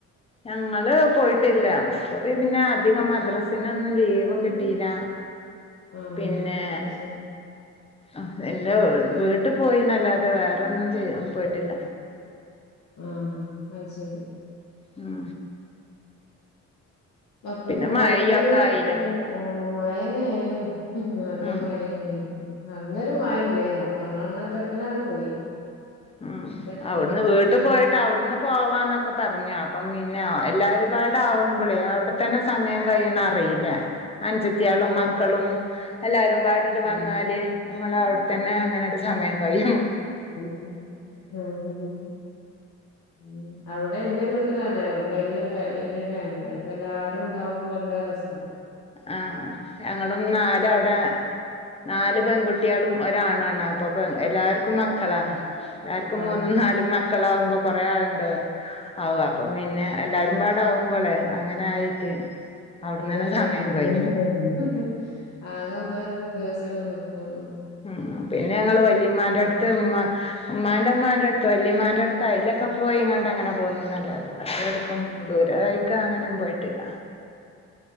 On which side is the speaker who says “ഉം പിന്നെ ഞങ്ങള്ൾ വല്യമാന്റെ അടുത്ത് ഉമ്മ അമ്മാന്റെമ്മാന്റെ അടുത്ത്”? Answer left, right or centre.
Left